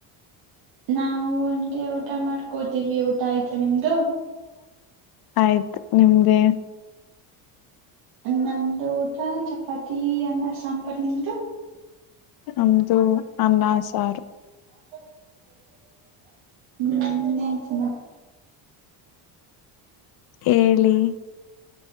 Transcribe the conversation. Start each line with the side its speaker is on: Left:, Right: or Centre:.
Right: ನಾವು ಹಂಗೆ ಊಟ ಮಾಡ್ಕೋತಿದ್ವಿ ಊಟ ಆಯ್ತಾ ನಿಮ್ದು
Left: ಆಯ್ತು ನಿಮ್ದೇ
Right: ನಮ್ದು ಊಟ ಚಪಾತಿ ಅನ್ನ ಸಾಂಬಾರು ನಿಮ್ದು
Left: ನಮ್ದು ಅನ್ನಾ ಸಾರು
Right: <unintelligible>
Left: ಹೇಳಿ